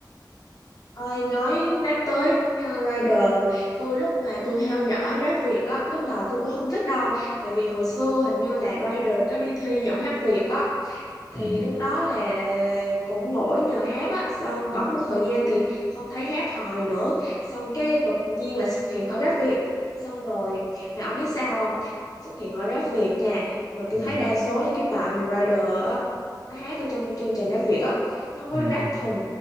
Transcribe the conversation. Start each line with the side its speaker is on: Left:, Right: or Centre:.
Left: ơi nói nhắc tới như Rider tôi lúc mà tôi theo dõi rap Việt á lúc đầu tôi cũng không thích đâu tại vì hồi xưa hình như là Rider có đi thi giọng hát Việt á thì
Right: ừ
Left: lúc đó là cũng nổi nhờ hát á xong bẵng một thời gian thì không thấy hát hòi nữa xong cái đột nhiên là xuất hiện ở Rap Việt xong rồi mà ông biết sao không xuất hiện ở Rap Việt nha mà tôi
Right: ừ
Left: thấy đa số những cái bài mà Rider á nó hát ở trong chương trình Rap Việt á nó không có
Right: ừ
Left: rap thuần